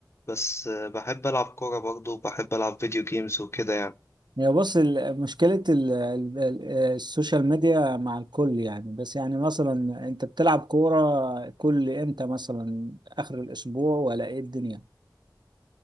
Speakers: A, on the left; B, on the right.
A: بس آه، بحب ألعب كورة برضه وبحب ألعب فيديو جيمز وكده يعني
B: هي بص ال- مشكلة ال- ال- ال- السوشيال ميديا مع الكل يعني بس يعني مثلا انت بتلعب كورة كل امتى مثلا اخر الاسبوع ولا ايه الدنيا